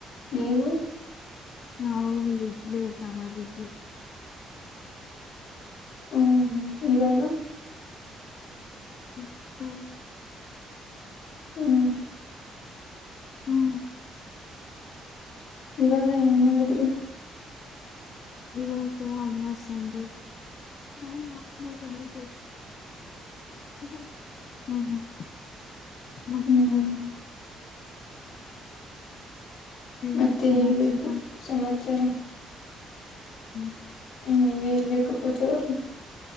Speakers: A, on the left; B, on the left.
A: ನೀವು
B: ನಾ ಇಡ್ಲಿ ಊಟ ಮಾಡಿದ್ವಿ
A: ಹ್ಮ್ ಹ್ಮ್ ಇವಾಗ
B: ಹ್ಮ ಹ್ಮ <unintelligible>
A: ಹ್ಮ್
B: ಹ್ಮ್
A: ಇವಾಗ ಏನ್ ಮಾಡಿದ್ರಿ
B: ಹ್ಮ್. ಇವಾಗ ಅನ್ನ ಸಾಂಬಾರ್ ನಾನ್ ಆಫ್ ಮಾಡಿ ಬಂದಿದು ಹ್ಮ್ ಹ್ಮ್ ಮತ್ತೆ
A: ಹ್ಮ್ ಮತ್ತೆ
B: ಏನ್ ಸಮಾಚಾರ
A: ಹೇಳ್ಬೇಕು ಸಮಾಚಾರ
B: ಹ್ಮ್
A: ಹ್ಮ್ ನೀವೇ ಹೇಳ್ಬೇಕಪ್ಪ ಜೋರು